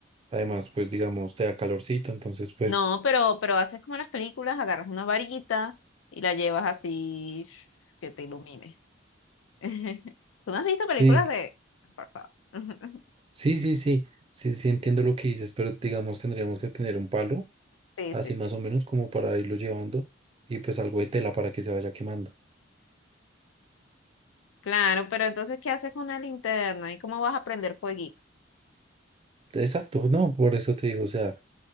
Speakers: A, on the right; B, on the left.
A: además, pues digamos, te da calorcito, entonces, pues
B: No, pero, pero haces como en las películas, agarras una varita y la llevas así que te ilumine. <laughs> ¿Tú no has visto películas
A: sí,
B: de... Por favor. <laughs>
A: sí, sí, sí, sí, sí entiendo lo que dices, pero digamos, tendríamos que tener un palo,
B: Sí,
A: así
B: sí,
A: más
B: sí.
A: o menos, como para irlo llevando y pues algo de tela para que se vaya quemando.
B: Claro, pero entonces, ¿qué haces con una linterna? ¿Y cómo vas a prender fueguito?
A: Exacto, no, por eso te digo, o sea,